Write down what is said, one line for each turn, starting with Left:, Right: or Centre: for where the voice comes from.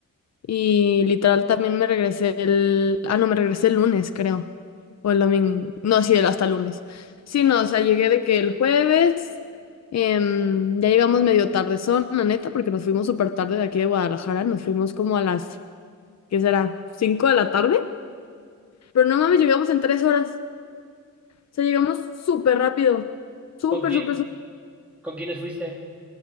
Left: y literal también me regresé el... Ah, no, me regresé el lunes, creo. O el domingo. No, sí, el- hasta el lunes. Sí, no, o sea, llegué de que el jueves. em, ya llegamos medio tardezón, la neta, porque nos fuimos súper tarde de aquí de Guadalajara. Nos fuimos como a las, ¿qué será? ¿Cinco de la tarde? Pero no mames, llegamos en tres horas. O sea, llegamos súper rápido. Súper,
Centre: ¿Con quién?
Left: súper, súper.
Centre: ¿Con quiénes fuiste?